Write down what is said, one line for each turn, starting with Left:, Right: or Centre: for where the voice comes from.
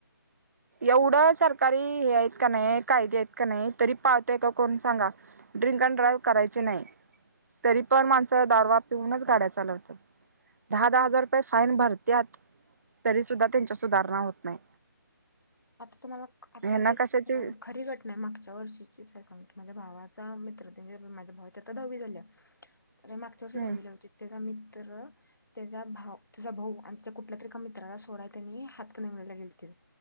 Right: एवढं सरकारी हे आहेत का नाही कायदे आहेत. का नाही तरी पाळतंय का कोण सांगा? ड्रिंक अँड ड्राईव्ह करायचे नाही, तरी पण माणस हा दारवा पिऊनच गाड्या चालवत्यात. दहा, दहा हजार रुपये फाईन भरत्यात तरी सुद्धा त्यांच्यात सुधारणा होत नाही.
Left: आता तुम्हाला आत्ताची
Right: ह्यांना कशाची
Left: अं खरी घटना आहे मागच्या वर्षीचीच आहे सांगतो. माझ्या भावाचा मित्र ते म्हणजे माझ्या भावाच्या आता दहावी झाल्या. मागच्या
Right: हम्म
Left: वर्षी दहावी ला होती. त्याचा मित्र त्याचा भाऊ त्याचा भाऊ आणि त्या कुठल्या तरी एका मित्राला सोडाया त्यांनी हातकणंगल्यायला गेलतील.